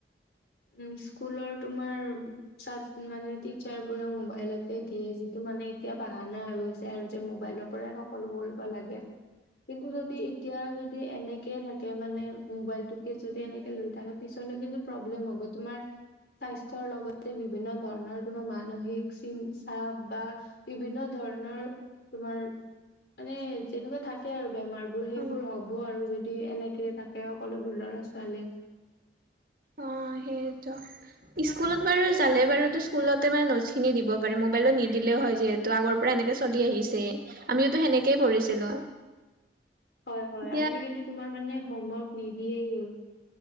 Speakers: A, on the left; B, on the right.
A: উম স্কুলৰ তোমাৰ চাত মানে টিচাৰ বোৰেও মোবাইলতে দিয়ে যিটো মানে এতিয়া বাহানা হৈ গৈছে আৰু যে মোবাইলত পৰা সকলো কৰিব লাগে
B: <inaudible>
A: কিন্তু যদি এতিয়া যদি এনেকে থাকে মানে মোবাইলটোকে যদি এনেকে লৈ থাকে পিছত পিছলৈ কিন্তু প্ৰব্লেম হব তোমাৰ স্বাস্থ্যৰ লগতে বিভিন্ন ধৰণৰ তোমাৰ মানসিক চিন চাপ বাহ বিভিন্ন ধৰণৰ তোমাৰ মানে যেনেকুৱা থাকে আৰু বেমাৰ ত সেইবোৰ
B: অ
A: হ'ব আৰু যদি এনেকে থাকে সকলোবোৰ ল'ৰা ছোৱালী
B: অহ সেয়েটো স্কুলত বাৰু যালে বাৰুতো স্কুলতে মানে নোটছখিনি দিব পাৰে মোবাইলত নিদিলেও হয় যিহেত ত আগৰ পৰা এনেকে চলি আহিছে। আমিওতো সেনেকে পঢ়িছিলো।
A: হয় হয়।
B: এতিয়া
A: আজিকালি তোমাৰ মানে হোমৱৰ্ক নিদিয়েও